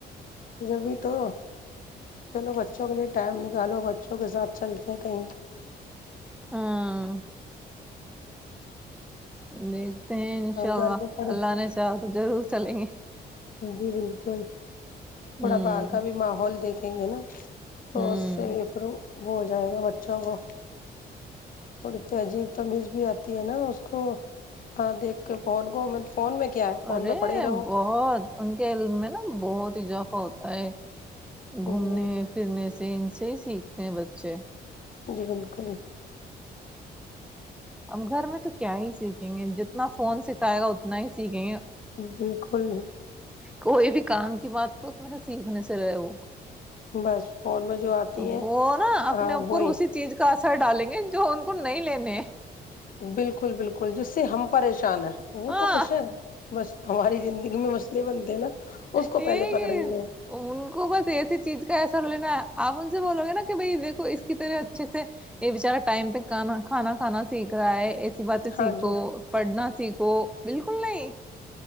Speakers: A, on the left; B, in the centre.
A: جبھی تو چلو بچوں کےلئے ٹائم نکالو بچوں کے ساتھ چلتے ہیں کہیں
B: ہاں نہیں انشاء
A: گھر
B: اللہ
A: پہ پڑے
B: اللہ نے چاہا تو ضرور چلیں گے
A: جی بالکل تھوڑا
B: ہوں
A: باہر کا بھی ماحول دیکھ ہیں گ نا تو
B: ہوں
A: اس سے بھی پھروں وہ ہو جائے گا بچوں کو تھوڑی تہذیب تمیز بھی آتی ہے نا اس کو ہاں دیکھ کے فون کو میں فون کیا ہے فون
B: ارے
A: میں پڑے رہو
B: بہت ان کے علم میں نا بہت اضافہ ہوتا ہے گھومنے
A: جی
B: پھرنے سے ان سے سیکھتے ہیں بچے
A: جی بالکل
B: ہم گھر میں تو کیا ہی سیکھیں گے جتنا فون سکھائے گا اتنا ہی سیکھیں گے
A: بالکل
B: کوئی بھی کام کی بات تو اس میں سے سیکھنے سے رہے وہ
A: بس فون میں جو آتی
B: وہ
A: ہیں
B: نا اپنے
A: ہاں
B: اوپر
A: وہی
B: اسی چیز کا ر ڈالیں گے جو ان کو نہیں لینے ہیں
A: بالکل بالکل جس سے ہم پریشان ہیں وہ
B: ہاں
A: تو خوش ہے بس ہماری زندگی میں مسئلے بنتے ہیں نا اس کو
B: یہ
A: پہلے پکڑیں
B: یہ
A: گے
B: ان کو بس ایسی چیز کیسر لینا ہے آپ ان سے بولو گے نا کہ بھائی دیکو اس کی طرح سے یہ بچار ٹائم پہ کانا کھانا کھا سیکھ رہا ہے بات
A: ہاں
B: سیکھو
A: جی
B: پڑھنا ٹھیک ہو بالکل نہیں